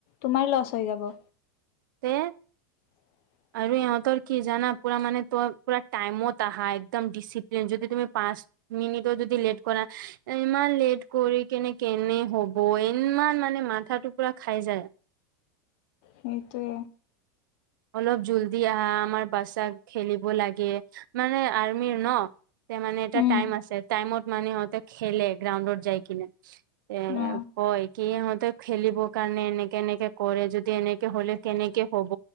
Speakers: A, on the left; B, on the right.
A: তোমাৰ লছ হৈ যাব।
B: তে
A: উ <inaudible>
B: আৰু ইহঁতৰ কি জানা পুৰা মানে ত পুৰা টাইমত আহা একদম ডিচিপ্লিন। যদি তুমি পাঁচ মিনিটো যদি লেট কৰা ইমান লেট কৰি কেনে কেনে হ'ব ইমান মানে মাথাটো পুৰা খাই যায়।
A: সেইটোৱে।
B: অলপ জল্দি আহা আমাৰ বাচ্ছাক খেলিব লাগে। মানে আৰ্মিৰ ন। তে মানে এটা
A: উম
B: টাইম আছে টাইমত মানে সেহতে খেলে গ্ৰাউণ্ডত যাই কিনে এ
A: অ
B: কয় কি ইহঁতে খেলিব কাৰণে এনেকে এনেকে কৰে যদি এনেকে এইটো হলে কেনেকে হব